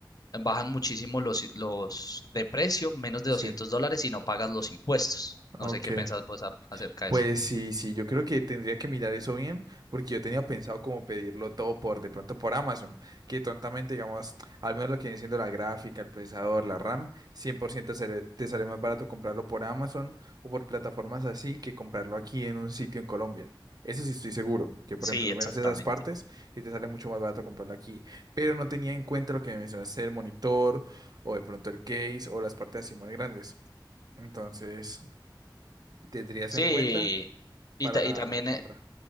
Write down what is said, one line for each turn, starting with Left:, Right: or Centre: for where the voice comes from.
Left: bajan muchísimo los, los de precio, menos de
Right: sí,
Left: doscientos dólares y no pagas los impuestos. No
Right: ok.
Left: sé qué pensás vos a- acerca
Right: Pues
Left: de eso.
Right: sí, sí, yo creo que tendría que mirar eso bien, porque yo tenía pensado como pedirlo todo por, de pronto por Amazon, que tontamente, digamos, al menos lo que viene siendo la gráfica, el procesador, la RAM, 100% sale- te sale más barato comprarlo por Amazon o por plataformas así que comprarlo aquí en un sitio en Colombia. Eso sí estoy seguro, que por
Left: Sí,
Right: ejemplo, al
Left: exactamente.
Right: menos esas partes, sí te sale mucho más barato comprarlo aquí. Pero no tenía en cuenta lo que me mencionaste, el monitor o de pronto el case o las partes así más grandes. Entonces, tendrías
Left: Sí,
Right: en cuenta
Left: y,
Right: para
Left: ta-
Right: la,
Left: y también
Right: la compra.